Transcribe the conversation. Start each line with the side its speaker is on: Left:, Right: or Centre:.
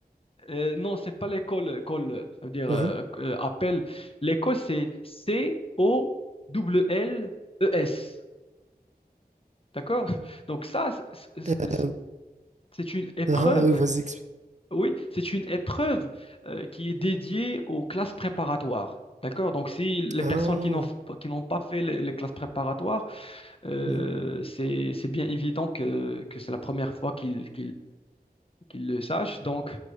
Left: Euh, non, c'est pas l'école, euh, call, euh, ça veut dire
Right: mhm.
Left: euh, euh, appel. L'école, c'est C-O-L-L-E-S. D'accord? Donc ça, c'est
Right: Euh,
Left: c'est- c'est une épreuve,
Right: ah, ah, oui,
Left: <laughs>
Right: vas-y,
Left: oui, c'est une épreuve euh, qui est dédiée aux classes préparatoires. D'accord? Donc si les
Right: Ah,
Left: personnes qui n'ont f- qui n'ont pas fait les, les classes préparatoires, euh,
Right: mhm.
Left: c'est c'est bien évident que, que c'est la première fois qu'ils qu'ils le sachent. Donc,